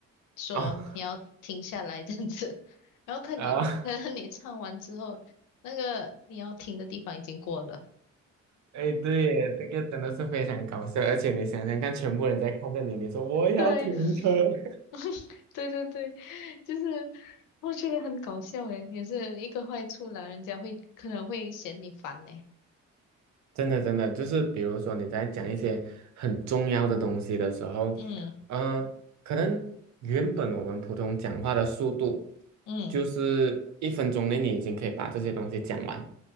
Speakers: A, on the left; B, on the right.
A: 说你要停下来这样子，
B: 哦
A: 然后可能可能你唱完之后，
B: <laughs> 啊，
A: 那个你要停的地方已经过了。
B: 哎，对耶，这个真的是非常搞笑，而且你想想看，全部人在看着你，你说我也要停车，
A: 对，
B: <laughs>
A: <laughs> 对对对，就是我觉得很搞笑诶，也是一个坏处啦，人家会可能会嫌你烦呢。
B: 真的，真的，就是比如说你在讲一些很重要的东西的时候，
A: 嗯
B: 呃，可能原本我们普通讲话的速度
A: 嗯
B: 就是一分钟内你已经可以把这些东西讲完，